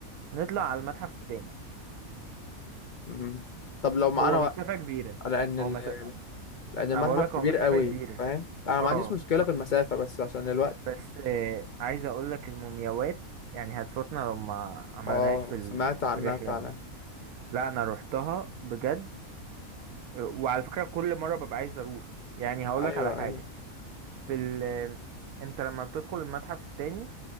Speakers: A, on the right; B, on the left.
A: نطلع على المتحف التاني
B: مم. طب لو معانا
A: هو
B: وقت
A: مسافه كبيره
B: لان ال...
A: هو مسافه
B: لان المتحف
A: انا بقول لك
B: كبير
A: هو مسافه
B: قوي
A: كبيره
B: فاهم انا
A: اه
B: ما عنديش مشكلة في المسافة بس عشان الوقت
A: بس آه، عايز اقول لك المومياوات يعني هتفوتنا لو ما عملناهاش
B: اه
A: في ال-
B: سمعت عنها
A: في الرحله
B: فعلا
A: دي لا انا روحتها بجد آه، وعلى فكره كل مره ببقى عايز اروح يعني هقول
B: ايوه
A: لك على حاجه
B: ايوه
A: في ال آه، انت لما بتدخل المتحف التاني